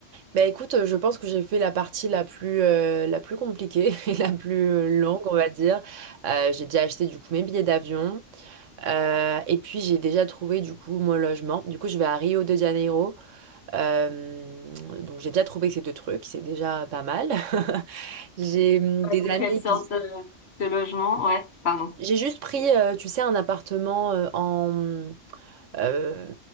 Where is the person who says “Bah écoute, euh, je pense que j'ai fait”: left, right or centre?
Right